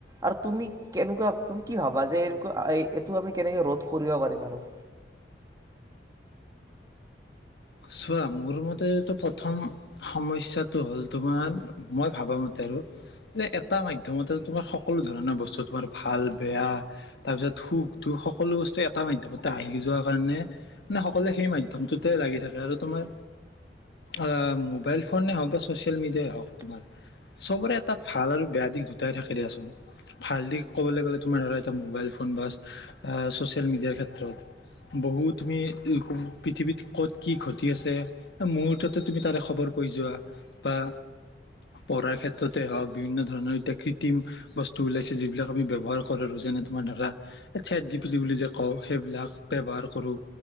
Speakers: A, on the right; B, on the left.
A: আৰু তুমি কেনেকুৱা তুমি কি ভাবা যে এনেকুৱা এই এইটো আমি কেনেকৈ ৰোধ কৰিব পাৰিম আৰু।
B: চোৱা, মোৰ মতেটো প্ৰথম সমস্যাটো হ'ল তোমাৰ মই ভাবামতে আৰু যে এটা মাধ্যমতে তোমাৰ সকলো ধৰণৰ বস্তু তোমাৰ ভাল বেয়া, তাৰপিছত সুখ দুখ সকলো বস্তু এটা মাধ্যমতে আহি যোৱাৰ কাৰণে, মানে সকলোৱে সেই মাধ্যমটোতে লাগি থাকে আৰু তোমাৰ অঁ, মোবাইল ফোনে হওক বা ছ'চিয়েল মিডিয়াই হওক তোমাৰ চবৰে এটা ভাল আৰু বেয়া দিশ দুটাই থাকে দিয়াচোন। ভাল দিশ ক'বলৈ গ'লে তোমাৰ ধৰা এতিয়া মোবাইল ফোন বা চচিয়েল মিডিয়াৰ ক্ষেত্ৰত। বহু তুমি এইখন পৃথিৱীত ক'ত, কি ঘটি আছে মূহুৰ্ততে তুমি তাৰে খবৰ পাই যোৱা, বা পঢ়াৰ ক্ষেত্ৰতে হওক বিভিন্ন ধৰণৰ এতিয়া কৃত্ৰিম, বস্তু ওলাইছে যিবিলাক আমি ব্যৱহাৰ কৰো যেনে তোমাৰ ধৰা, এ চেট জি পি টি বুলি যে কওঁ, সেইবিলাক ব্যৱহাৰ কৰো